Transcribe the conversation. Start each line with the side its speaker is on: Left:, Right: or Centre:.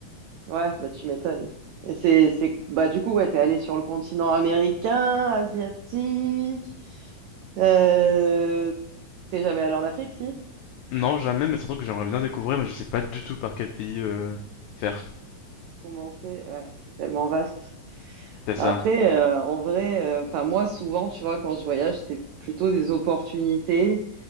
Right: ouais, bah tu m'étonnes. Et c'est c'est bah du coup ouais, t'es allé sur le continent américain, asiatique. Euh... T'es jamais allé en Afrique, si?
Left: Non, jamais, mais c'est un truc que j'aimerais bien découvrir, mais je sais pas du tout par quel pays euh, faire.
Right: Comment Ouais, c'est tellement vaste.
Left: C'est
Right: Après,
Left: ça.
Right: euh, en vrai, euh, enfin moi souvent, tu vois, quand je voyage, c'est plutôt des opportunités